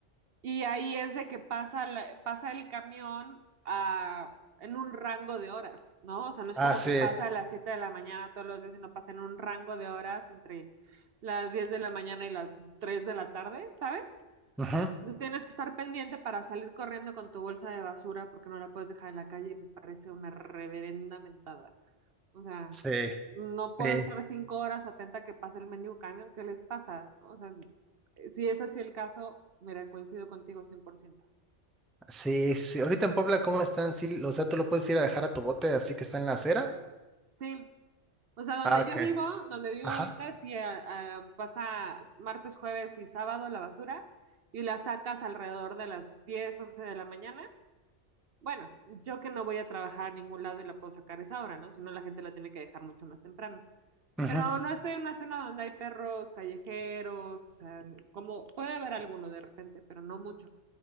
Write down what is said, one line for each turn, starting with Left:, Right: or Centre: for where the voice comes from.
Right: y ahí es de que pasa, la- pasa el camión a, en un rango de horas, ¿no? O sea, no es
Centre: Ah,
Right: como
Centre: sí.
Right: que pasa a las 7 de la mañana todos los días, sino pasa en un rango de horas entre las 10 de la mañana y las 3 de la tarde, ¿sabes?
Centre: Ujú.
Right: Entonces tienes que estar pendiente para salir corriendo con tu bolsa de basura porque no la puedes dejar en la calle y me parece una reverenda mentada. O sea,
Centre: Sí,
Right: no puedo
Centre: sí,
Right: estar cinco horas atenta a que pase el mendigo camión. ¿Qué les pasa? ¿No? O sea, si es así el caso, mira, coincido contigo cien por ciento
Centre: sí, sí. Ahorita en Puebla, ¿cómo están? Sí, o sea, tú lo puedes ir a dejar a tu bote así que está en la acera.
Right: Sí, o sea, donde
Centre: Ah, ok.
Right: yo vivo, donde vivo
Centre: Ajá.
Right: ahorita, sí a- a- pasa martes, jueves y sábado la basura y la sacas alrededor de las 10 11 de la mañana Bueno, yo que no voy a trabajar a ningún lado y la puedo sacar esa hora, ¿no? Si no, la gente la tiene que dejar mucho más temprano.
Centre: Ujú.
Right: Pero no estoy en una zona donde hay perros callejeros, o sea, como puede haber alguno de repente, pero no mucho.